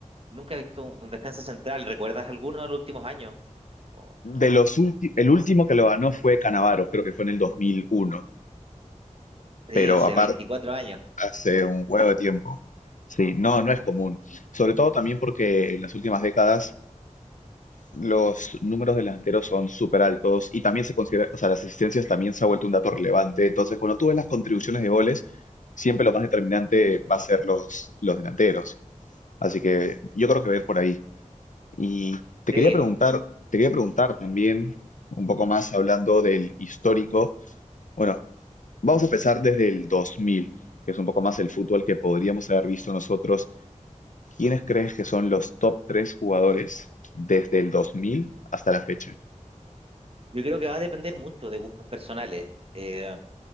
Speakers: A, on the right (about 45°); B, on the left (about 75°).
A: Nunca he visto un, un defensa central, ¿recuerdas alguno de los últimos años? O-
B: de los últimos, el último que lo ganó fue Canavaro, creo que fue en el dos mil uno
A: sí,
B: pero
A: hace
B: aparte
A: 24 años.
B: hace un huevo de tiempo. Sí, no, no es común. Sobre todo también porque en las últimas décadas los números de delanteros son súper altos y también se considera, o sea, las asistencias también se ha vuelto un dato relevante. Entonces, cuando tú ves las contribuciones de goles, siempre lo más determinante va a ser los, los delanteros. Así que yo creo que ver por ahí. Y te
A: Sí,
B: quería preguntar, te quería preguntar también un poco más hablando del histórico Bueno, vamos a empezar desde el 2000, que es un poco más el fútbol que podríamos haber visto nosotros. ¿Quiénes crees que son los top tres jugadores desde el 2000 hasta la fecha?
A: yo creo que va a depender mucho de gustos personales. Eh,